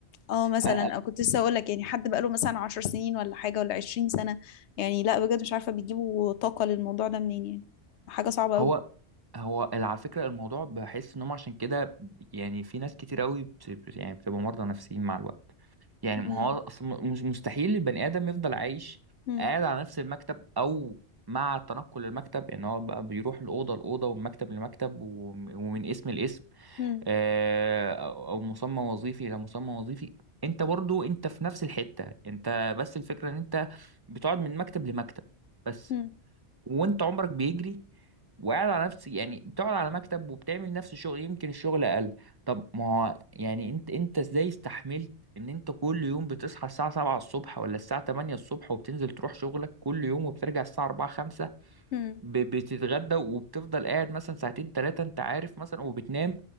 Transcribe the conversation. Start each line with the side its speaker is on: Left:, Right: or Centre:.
Left: اه مثلا
Right: سنة أ- أ-
Left: او كنت لسه اقول لك يعني حد بقاله مثلا عشر سنين ولا حاجه ولا عشرين سنه يعني لا بجد مش عارفه بيجيبوا طاقه للموضوع ده منين يعني حاجه صعبه قوي
Right: هو هو ال- على فكرة الموضوع بحس انهم عشان كده يعني في ناس كتير قوي بت... بت- يعني بتبقى مرضى نفسيين مع الوقت يعني
Left: مم.
Right: ما هو اصل م- مش- مستحيل البني ادم يفضل عايش
Left: مم.
Right: قاعد على نفس المكتب او مع تنقل المكتب يعني هو بقى بيروح الاوضه لاوضه ومن مكتب لمكتب وم- ومن اسم لاسم
Left: مم.
Right: آه، او أو مسمى وظيفي الى مسمى وظيفي انت برضو انت في نفس الحته انت بس الفكره ان انت بتقعد من مكتب لمكتب بس
Left: مم.
Right: وانت عمرك بيجري وقاعد على نفس يعني بتقعد على مكتب وبتعمل نفس الشغل يمكن الشغل اقل طب ما هو يعني انت انت ازاي استحملت ان انت كل يوم بتصحى الساعة 7 الصبح ولا الساعة 8 الصبح وبتنزل تروح شغلك كل يوم وبترجع الساعة 4 5
Left: مم.
Right: ب- بتتغدى وبتفضل قاعد مثلا ساعتين ثلاثة انت عارف مثلا وبتنام